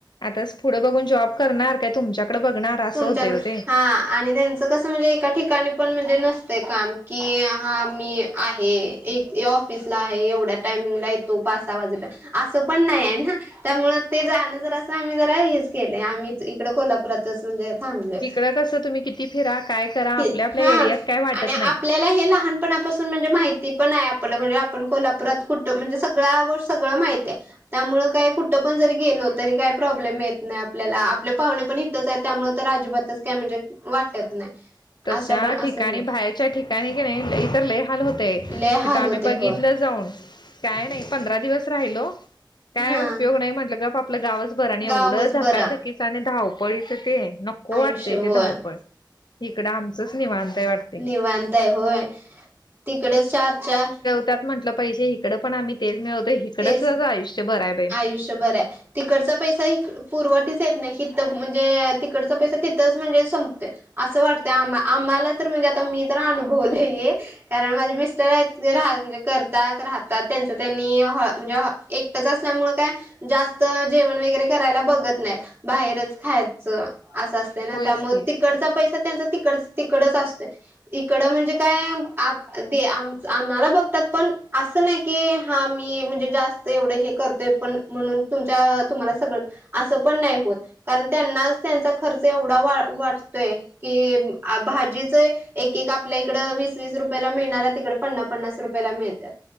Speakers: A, on the left; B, on the right.
A: आताचं पुढं बघून जॉब करणार काय तुमच्याकडे बघणार. असं
B: तुमच्याकडे
A: होतय ओ ते
B: हा आणि त्यांचं त कसं म्हणजे एका ठिकाणी पण म्हणजे नसतंय काम कि हा मी आहे. एक ऑफिसला आहे एवढ्या <unintelligible> टायमिंगला येतो पाच सहा वाजेप असं पण नाही आहे ना. त्यामुळं ते जाणं जरा असं आम्ही जरा हेच केलं आम्ही इकडे कोल्हापुरातच म्हणजे. थांबलोय
A: तिकडं कसं तुम्ही किती फिरा काय? करा
B: कि
A: आपल्या आपल्या
B: हा
A: एरियात काय वाटत
B: आणि
A: नाही
B: आपल्याला हे लहान पणापासून म्हणजे माहिती पण आहे आपलं म्हणजे आपण कोल्हापुरात कुठं म्हणजे सगळं सगळं माहिती आहे. त्यामुळे काय कुठं पण जरी गेलो तरी काय प्रॉब्लेम येत नाही आपल्याला आपले पाहुणे पण इथंच आहेत. त्यामुळे तर अजिबातच काय म्हणजे वाटत नाही.
A: तशा
B: अशा पण
A: ठिकाणी
B: असं म्हणा
A: बाहेरच्या ठिकाणी की नाही <unintelligible> ल इ तरर लयहाल होतय
B: लय
A: तिथं
B: हाल
A: आम्ही
B: होते
A: बघितलं
B: होय
A: जाऊन
B: <unintelligible>
A: काय नाही पंधरा दिवस राहिलो काय
B: हा
A: उपयोग नाही म्हटलं ग आप आपल्या गावच बरं आणि
B: गावच
A: एवढं धकाधकीचं
B: बरा
A: आणि धावपळीचं ते नको
B: आयुष्य
A: वाटतं
B: होय
A: ते धावपळ. तिकडं आमचचं निवांत आहे.
B: निवांताय होय तिकडे चार चार.
A: त्यात म्हटलं पाहिजे इकडे पण आम्ही तेल मिळवतो इकडचं
B: तेच
A: आयुष्यभर आहे.
B: आयुष्यभर आहे. तिकडचा पैसा इकडं पुरवटीच येत नाही तिथं म्हणजे तिकडचा पैसा तिथंच म्हणजे संपतय. असं वाटतं आम आम्हाला तर म्हणजे आता मी तर अनुभवलेय. कारण माझे मिस्टर आहेत राह म्हणजे करतात राहतात त्यांच त्यांनी म्हणजे एकटंच असं. त्यामुळे काय जास्त जेवण वगैरे करायला बघत नाही बाहेरच खायचं असं.
A: होयच
B: त्यामुळे
A: की.
B: तिकडचा पैसा त्यांचा तिकडं तिकडचं असतोय. इकडं म्हणजे काय <unintelligible> दे आम आम्हाला बघतात पण असं. असं नाही की हा मी म्हणजे जास्त एवढं हे करतोय पण म्हणून तुमच्या तुम्हाला सगळंच. असं पण नाही होत कारण त्यांनाच त्यांचा खर्च एवढा वाटतोय. कि भाजीच एक एक आपल्या इकडे वीस वीस रुपयाला मिळणार आहे तिकडं पन्ना पन्नास रुपयाला मिळत.